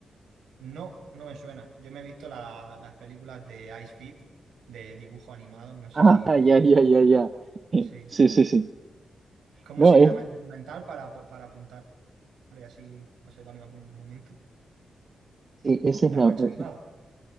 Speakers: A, on the right; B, on the right.
A: No, no me suena. Yo me he visto la- las películas de Ice Fit, de dibujo animado, no sé
B: Ah,
A: si te
B: ya,
A: suena
B: ya,
A: a ti.
B: ya, ya.
A: Sí.
B: Sí, sí, sí.
A: ¿Cómo
B: No,
A: se
B: es,
A: llama el documental para, para apuntarle así, observarlo en algún momento?
B: sí, esa
A: La
B: es la.
A: marcha
B: e,
A: animada.